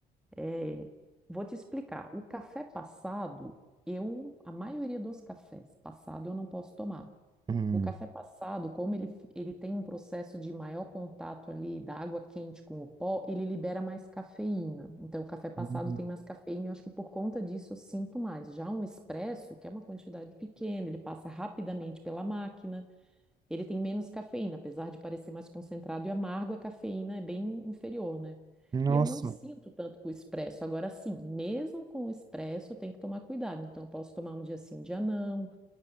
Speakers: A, in the centre; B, on the right.
A: É, vou te explicar. O café passado, eu, a maioria dos cafés passado eu não posso tomar.
B: Uhum.
A: O café passado, como ele, ele tem um processo de maior contato ali da água quente com o pó, ele libera mais cafeína. Então, o café passado
B: Uhum.
A: tem mais cafeína e eu acho que por conta disso eu sinto mais. Já um expresso, que é uma quantidade pequena, ele passa rapidamente pela máquina. Ele tem menos cafeína, apesar de parecer mais concentrado e amargo, a cafeína é bem inferior, né?
B: Nossa.
A: E eu não sinto tanto com o expresso. Agora, sim, mesmo com o expresso, eu tenho que tomar cuidado. Então, eu posso tomar um dia sim, um dia não.